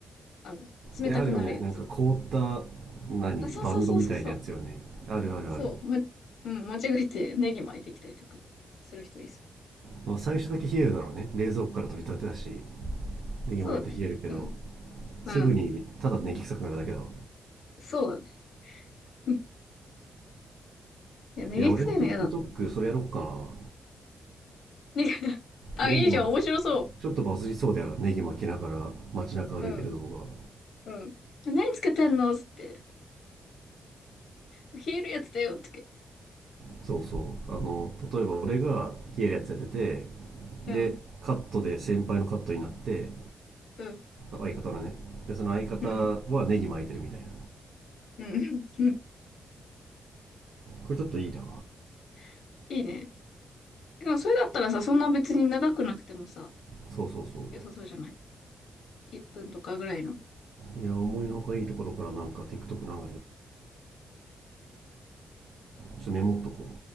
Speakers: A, on the left; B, on the right.
A: あの、冷たくなるやつ。
B: あるよねなんか凍った何バンドみたいなやつよねあるあるある
A: あ、そうそうそうそうそう。そう、ま、うん、間違えてネギ巻いてきたりとかする人いそう。
B: まあ、最初だけ冷えるだろうね冷蔵庫から取り立てたしネギも入って冷えるけど
A: そうだね。うん。うん。
B: すぐにただネギ臭くなるだけだわ
A: そうだね。うん。いや、ネギ臭いの嫌だ。
B: いや俺の TikTok
A: <laughs>
B: それやろっか
A: ネギ、<laughs> あ、
B: なネギも
A: いいじゃん、面白そ
B: ちょっとバズりそうだよなネギ巻きながら街中歩いてる動画
A: う。うん、うん。何つけてんのつって。冷えるやつだよ、つけて。
B: そうそうあの例えば俺が冷えるやつやってて
A: うん、
B: でカットで先輩のカットになって
A: うん、
B: 相方のねでその相方はネギ巻いてるみたいな
A: うん、うん、うん。
B: これちょっといいな
A: <laughs> いいね。でも、それだったらさ、そんな別に長くなくてもさ、
B: そうそうそう
A: 良さそうじゃない ?1 分とかぐらいの。
B: いや思いのほかいいところからなんか TikTok 流れてたなちょっとメモっとこ